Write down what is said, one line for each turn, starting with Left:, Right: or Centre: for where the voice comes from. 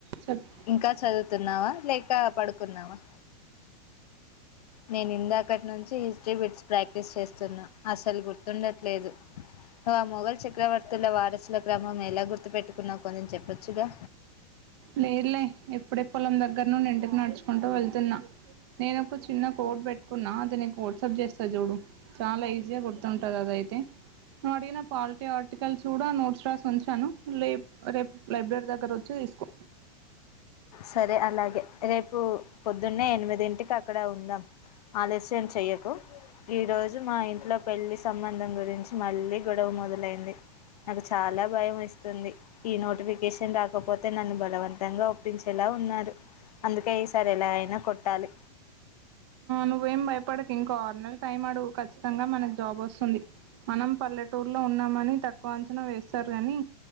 Right: చెప్
Left: ఇంకా చదువుతున్నావా లేలెక్క పడుకుందావా నేను ఇంద అక్కటి నుంచి హిస్టరీ పెచు ప్రాక్టీస్ చేస్తున్నా అసలు గుర్తు గుర్తుండట్లేదు నువ్ ఆ మొఘల్ చక్రవర్తుల వారసుల క్రమం ఎలా గుర్తుపెట్టుకున్నావు కొంచెం చెప్పొచ్చుగా
Right: లేదులే ఎప్పుడే పొలం దగ్గర ను ఇంటికి నడుచుకుంటూ వెళ్తున్నా నేను ఒక చిన్న కోడ్ పెట్టుకున్నా అది నీకు వాట్సాప్ చేస్తా చూడు చాలా ఈజీగా గుర్తుంటది అదయితే నుే్వు అడిగిన పాలిటీ ఆర్టికల్స్ కూడా నోట్స్ రాసి ఉంచాను లేపు రేపు లైబ్రరీ దగ్గర వచ్చి తీసుకో
Left: సరే అలాగే రేపు పొద్దున్నే ఎనిమిదింటికి అక్కడ ఉందాం ఆలస్యం చెయ్యకు ఈరోజు మా ఇంట్లో పెళ్ళి సంబంధం గురించి మళ్ళీ గొడవ మొదలైంది నాకు చాలా భయం ఇస్తుంది ఈ నోటిఫికేషన్ రాకపోతే నన్ను బలవంతంగా గురించి ఎలా ఉన్నారు అందుకే ఈసారి ఎలా అయినా కొట్టాలి
Right: నువ్వేం భయపడకు ఇంకో ఆరునెల టైం అడవు ఖచ్చితంగా మనకు జాబ్ వస్తుంది మనం పల్లెటూర్లో ఉన్నామని తక్కువ అంచనా వేస్తారు కానీ